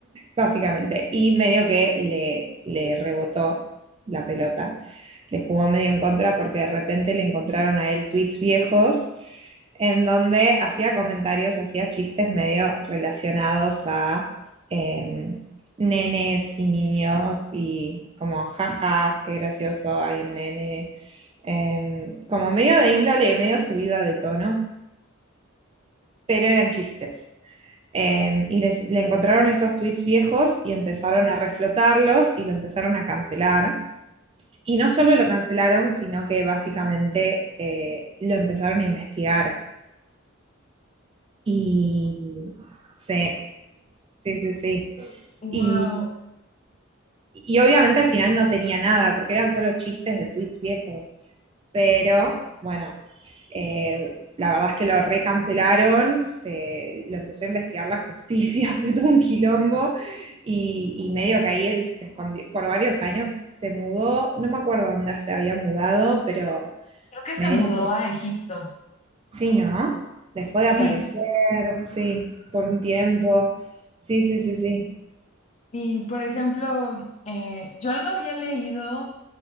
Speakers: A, on the right; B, on the left.
A: básicamente. Y medio que le, le rebotó la pelota, le jugó medio en contra porque de repente le encontraron a él tweets viejos en donde hacía comentarios, hacía chistes medio relacionados a eh, nenes y niños y como jaja, qué gracioso hay un nene, eh, como medio de índole, medio subida de tono, pero eran chistes. Eh, y les- le encontraron esos tweets viejos y empezaron a reflotarlos y lo empezaron a cancelar. Y no solo lo cancelaron, sino que básicamente eh, lo empezaron a investigar. Y sí, sí, sí, sí.
B: Wow,
A: Y, y obviamente al final no tenía nada, porque eran solo chistes de tweets viejos. pero bueno, eh, la verdad es que lo recancelaron, se, lo empezó a investigar la justicia, <laughs> fue todo un quilombo y, y medio que ahí él se escondió, por varios años se mudó, no me acuerdo dónde se había mudado, pero
B: creo que se
A: medio
B: mudó
A: que
B: a Egipto.
A: sí, ¿no? Dejó de
B: Sí,
A: aparecer, sí, por un tiempo, sí, sí, sí, sí.
B: y por ejemplo, eh, yo algo había leído